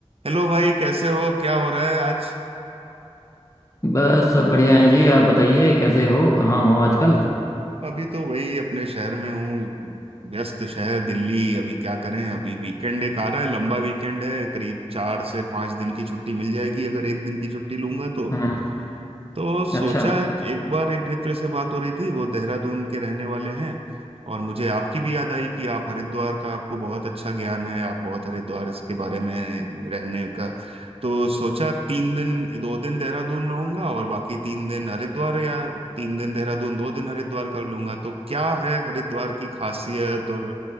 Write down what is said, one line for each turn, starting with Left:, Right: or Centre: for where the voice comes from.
Right: Hello भाई कैसे हो क्या हो रहा है आज
Left: बस सब बढ़िया है जी आप बताइए कैसे हो कहाँ हो आजकल
Right: अभी तो वही अपने शहर में हूँ व्यस्त शहर दिल्ली अभी क्या करें अभी वीकेंड एक आ रहा है लंबा वीकेंड है करीब चार से पांच दिन की छुट्टी मिल जाएगी अगर एक दिन की छुट्टी लूंगा तो
Left: हम्म
Right: तो सोचा
Left: अच्छा
Right: एक बार एक मित्र से बात हो रही थी वो देहरादून के रहने वाले हैं और मुझे आपकी भी याद आई कि आप हरिद्वार का आपको बहुत अच्छा ज्ञान है आप बहुत हरिद्वार इसके बारे में रहने का तो सोचा तीन दिन दो दिन देहरादून रहूंगा और बाकी तीन दिन हरिद्वार या तीन दिन देहरादून दो दिन हरिद्वार कर लूंगा तो क्या है हरिद्वार की खासियत और